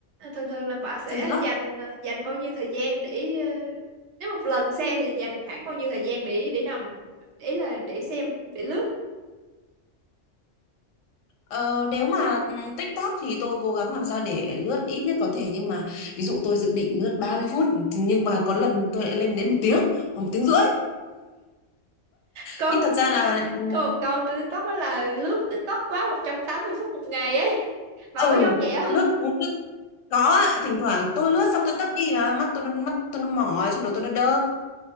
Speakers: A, on the right; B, on the left.
A: thường thường là bà sẽ
B: xem vlog
A: dành dành bao nhiêu thời gian để ờ, nếu một lần xem thì dành khoảng bao nhiêu thời gian để để nằm để là để xem để lướt
B: Ờ, nếu mà ừm, TikTok thì tôi cố gắng làm sao để lướt ít nhất có thể nhưng mà ví dụ tôi dự định lướt ba mươi phút nhưng mà có lần tôi lại lên đến một tiếng hoặc một tiếng rưỡi
A: câu
B: nhưng thật ra là ừ,
A: câu câu trên TikTok đó là lướt TikTok quá 180 phút một ngày ấy bà
B: ừ
A: có giống vậy không
B: lướt lướt có ạ, thỉnh thoảng tôi lướt xong tôi tắt đi là mắt tôi mắt tôi nó mỏi xong đầu tôi nó đơ